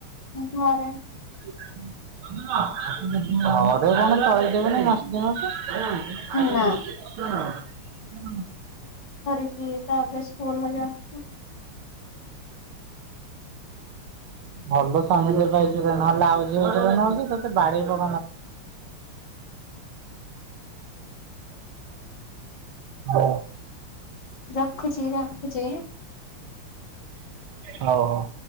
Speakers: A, on the left (about 55°); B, on the right (about 75°).
A: ଘରେ
B: ଘରେ କଣ ଚଳେଇଦବେନି ନାସ୍ତି ମାସ ହ
A: ନା
B: ଆ <inaudible>
A: ତାରେ ସ୍କୁଲ ବାଟେ ଆସୁଛ
B: ଭଲ ସ୍ୱାମୀଜ ଭକ ନହେଲେ ଆଉଝରେ ନନ୍ତି ତତେ ବାଡେଇ ପକ ହ
A: ରଖୁଛି ରଖୁଛି।
B: ହଉ ହଉ।